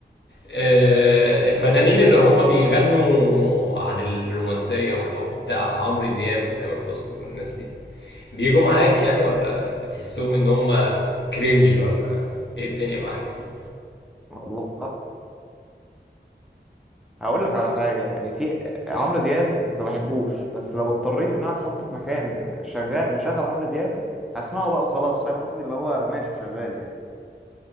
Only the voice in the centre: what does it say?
تمام
والله هقول لك على حاجه يعني في عمرو دياب ما بحبوش بس لو اضطريت ان انا اتحط في مكان شغال مشغل عمرو دياب هسمعه بقى وخلاص فاهم قصدي اللي هو ماشي شغال يعني